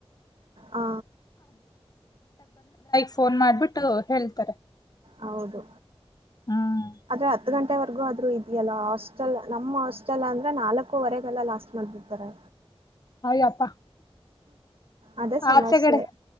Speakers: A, on the right; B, on the left.
A: ಆ
B: ಫೋನ್ ಮಾಡ್ಬಿಟ್ಟು ಹೇಳ್ತಾರೆ
A: ಹೌದು
B: ಹ್ಮ್
A: ಆದರೆ ಹತ್ತು ಗಂಟೆಯವರೆಗೂ ಆದರೆ ಇದೆ ನಮ್ಮ ನಾಲ್ಕೂವರೆ ಗೆಲ್ಲ ಲಾಸ್ಟ್ ಮಾಡಿ ಬಿಡುತ್ತಾರೆ
B: ಅಯ್ಯೋ ಅಪ್ಪ
A: ಅದೇ ಸಮಸ್ಯೆ
B: ಆಚೆಕಡೆ